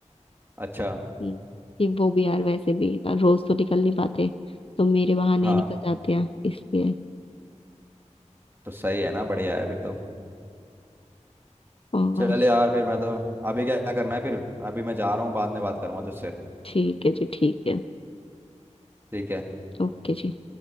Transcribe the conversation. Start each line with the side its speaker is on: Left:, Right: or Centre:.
Right: अच्छा
Left: हम्म, कि वो भी यार वैसे भी रोज तो निकल नहीं पाते तो मेरे बहाने
Right: हाँ
Left: ही निकल जाते हैं इसलिए
Right: तो सही है ना बढ़िया है फिर तो
Left: और
Right: चल यार फिर मैं तो अभी क्या करना है फिर अभी मैं जा रहा हूँ बाद में बात करूँगा तुझसे
Left: ठीक है जी ठीक है
Right: ठीक है
Left: ओके जी